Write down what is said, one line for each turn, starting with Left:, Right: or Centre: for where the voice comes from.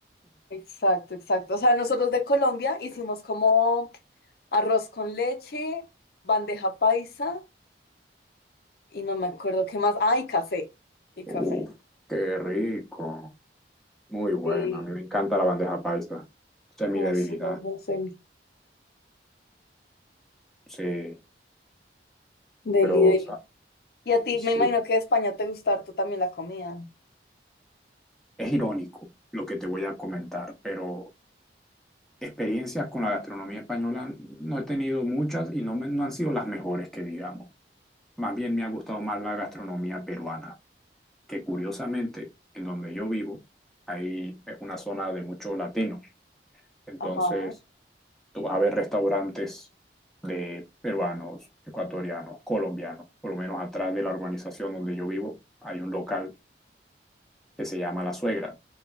Left: exacto, exacto. O sea, nosotros de Colombia hicimos como arroz con leche, bandeja paisa y no me acuerdo qué más. Ah, y café. Y
Centre: Uf,
Left: café.
Centre: qué rico. Muy bueno,
Left: Sí.
Centre: a mí me encanta la bandeja paisa. Esa es mi
Left: Ay,
Centre: debilidad.
Left: sí, vamos, deli,
Centre: Sí,
Left: deli.
Centre: pero
Left: deli.
Centre: o sea,
Left: Y a ti,
Centre: sí.
Left: me imagino que de España te gusta harto también la comida.
Centre: Es irónico lo que te voy a comentar, pero experiencias con la gastronomía española no he tenido muchas y no, me- no han sido las mejores que digamos. Más bien me ha gustado más la gastronomía peruana, que curiosamente en donde yo vivo, ahí es una zona de muchos latinos. Entonces,
Left: Ajá.
Centre: Tú vas a ver restaurantes de peruanos, ecuatorianos, colombianos. Por lo menos atrás de la urbanización donde yo vivo hay un local que se llama La Suegra